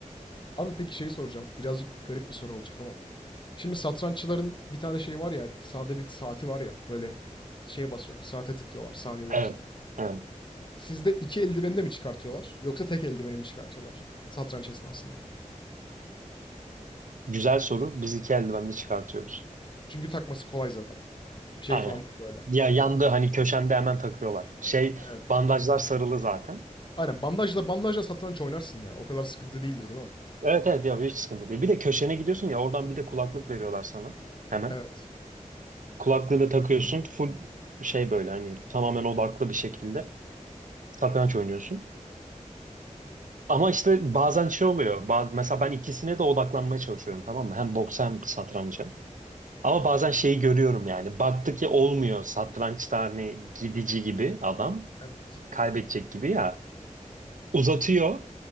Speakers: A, on the left; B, on the right.
A: Abi peki şeyi soracağım. Birazcık garip bir soru olacak ama. Şimdi satranççıların bir tane şey var ya, sade bir saati var ya, böyle şey basıyorlar, saate tıklıyorlar saniyeler
B: Evet.
A: içinde.
B: Evet.
A: Sizde iki eldiveni de mi çıkartıyorlar yoksa tek eldiveni mi çıkartıyorlar satranç esnasında?
B: Güzel soru. Biz iki eldivende çıkartıyoruz.
A: Çünkü takması kolay zaten. Bir şey
B: Aynen.
A: falan değil böyle.
B: Ya yandı
A: Bantla.
B: hani köşende hemen takıyorlar. Şey
A: Evet.
B: bandajlar sarılı zaten.
A: Aynen bandajla bandajla satranç oynarsın ya. O kadar sıkıntı değildir değil mi?
B: Evet evet ya hiç sıkıntı değil. Bir de köşene gidiyorsun ya oradan bir de kulaklık veriyorlar sana hemen.
A: Evet.
B: Kulaklığını takıyorsun full şey böyle hani tamamen odaklı bir şekilde satranç oynuyorsun. Ama işte bazen şey oluyor. Baz mesela ben ikisine de odaklanmaya çalışıyorum tamam mı? Hem boksa hem satranca. Ama bazen şeyi görüyorum yani. Baktı ki olmuyor satrançta hani gidici gibi adam.
A: Evet.
B: Kaybedecek gibi ya. uzatıyor.